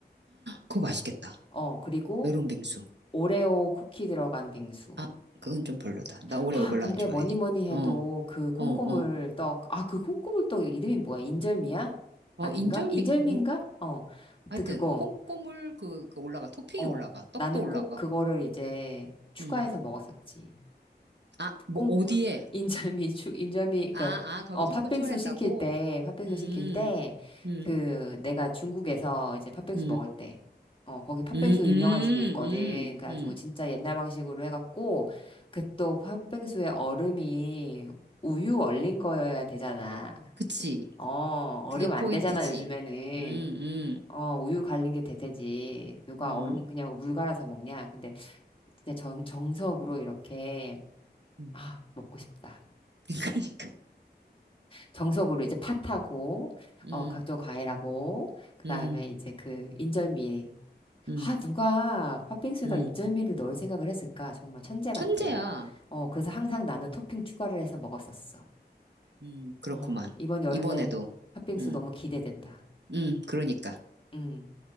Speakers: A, on the right; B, on the left.
A: 그거 맛있겠다.
B: 어, 그리고
A: 메론 빙수.
B: 오레오 쿠키 들어간 빙수.
A: 아 그건 좀 별로다. 나 올해
B: 아,
A: 별로
B: 근데
A: 안 좋아해.
B: 뭐니 뭐니 해도
A: 어
B: 그 콩고물
A: 어, 어.
B: 떡, 아, 그 콩고물 떡 이름이 뭐야? 인절미야?
A: 어,
B: 아닌가?
A: 인절미,
B: 인절미인가?
A: 뭐,
B: 어, 아무튼
A: 하여튼
B: 그거.
A: 콩고물 그, 그 올라가 토핑이
B: 어,
A: 올라가 떡도
B: 나는
A: 올라가고
B: 꼭 그거를 이제 추가해서
A: 음.
B: 먹었었지.
A: 아, 뭐
B: 콩
A: 어디에?
B: <laughs> 인절미 죽 인절미
A: 아,
B: 그어
A: 아, 거기 털고
B: 팥빙수
A: 출혈했다고?
B: 시킬 때 팥빙수
A: 음,
B: 시킬 때
A: 음,
B: 그 내가 중국에서 이제 팥빙수
A: 음,
B: 먹을 때 어 거기 팥빙수
A: 음, 음,
B: 유명한 집이 있거든
A: 음,
B: 그래가지고
A: 음.
B: 진짜 옛날 방식으로 해갖고 그 또 팥빙수에 얼음이 우유 얼린 거여야 되잖아
A: 그치.
B: 어 얼음
A: 그게 포인트지.
B: 안 되잖아 요즘에는
A: 음, 음,
B: 어 우유 갈린 게 대세지 누가
A: 음,
B: 얼음 그냥 물 갈아서 먹냐 근데 진짜 정 정석으로 이렇게
A: 음.
B: 아 먹고 싶다.
A: <laughs> 그러니까.
B: 정석으로 이제 팥하고
A: 음,
B: 어 각종 과일하고 그다음에
A: 음,
B: 이제 그 인절미
A: 음,
B: 아 누가 팥빙수에다
A: 음.
B: 인절미를 넣을 생각을 했을까 정말 천재 같아
A: 천재야.
B: 어 그래서 항상 나는 토핑 추가를 해서 먹었었어
A: 음, 그렇구만.
B: 어 이번 여름에
A: 이번에도.
B: 팥빙수
A: 음,
B: 너무 기대된다
A: 음, 그러니까.
B: 음.